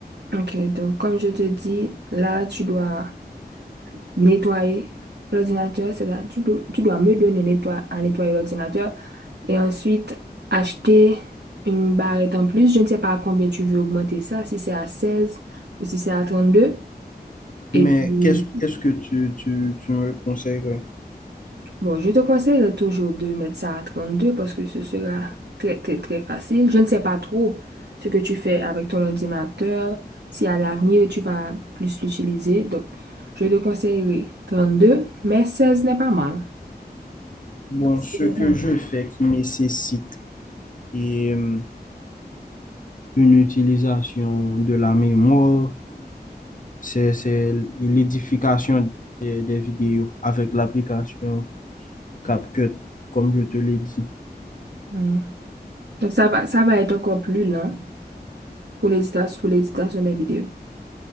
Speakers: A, on the right; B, on the left.
A: ok, donc comme je te dis, là tu dois nettoyer l'ordinateur, c'est-à-dire tu, peux- tu dois me donner nettoie- à nettoyer l'ordinateur et ensuite acheter une barrette en plus. Je ne sais pas à combien tu veux augmenter ça, si c'est à 16 ou si c'est à trente deux Et
B: Mais
A: puis,
B: qu'est-ce, qu'est-ce que tu, tu, tu me conseillerais?
A: bon, je te conseille toujours de mettre ça à 32 parce que ce sera très, très, très facile. Je ne sais pas trop ce que tu fais avec ton ordinateur, si à l'avenir tu vas plus l'utiliser. Donc, je te conseillerais deux mais 16 n'est pas mal.
B: Bon,
A: C'est
B: ce
A: vrai.
B: que je fais qui nécessite et euh, une utilisation de la mémoire, c'est c'est l'édification des, des vidéos avec l'application CapCut, comme je te l'ai dit.
A: Mm. Donc, ça va, ça va être encore plus lent pour l'éditation, pour l'éditation des vidéos.